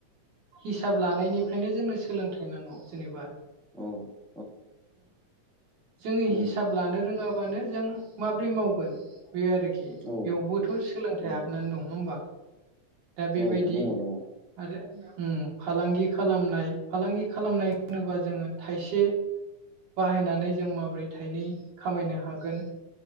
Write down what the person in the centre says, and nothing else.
औ औ
नंगौ
औ
उम
औ दङ
दङ औ